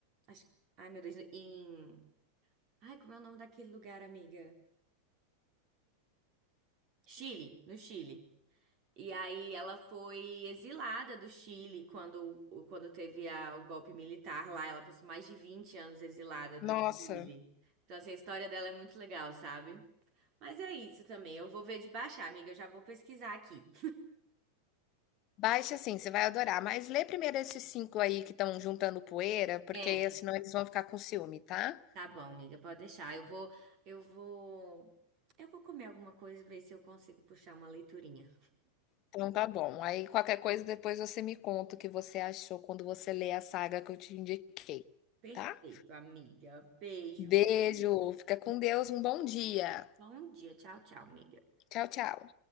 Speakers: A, on the right; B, on the left.
A: acho, ai meu Deus, em, ai como é o nome daquele lugar, amiga? Chile, no Chile. E aí ela foi exilada do Chile quando, o- quando teve a- o golpe militar lá, ela passou mais de 20 anos exilada do
B: Nossa.
A: Chile. Então assim, a história dela é muito legal, sabe? Mas é isso também. Eu vou ver de baixar, amiga. Eu já vou pesquisar aqui.
B: Baixa assim, você vai adorar. Mas lê primeiro esses cinco aí que estão juntando poeira, porque
A: É,
B: senão eles vão ficar com ciúme, tá?
A: tá bom, amiga. Pode deixar. Eu vou, eu vou, eu vou comer alguma coisa e ver se eu consigo puxar uma leiturinha.
B: Então tá bom. Aí qualquer coisa depois você me conta o que você achou quando você lê a saga que eu te indiquei,
A: Perfeito,
B: tá?
A: amiga. Beijo,
B: Beijo,
A: viu?
B: fica com Deus, um bom dia.
A: Bom dia. Tchau, tchau, amiga.
B: Tchau, tchau.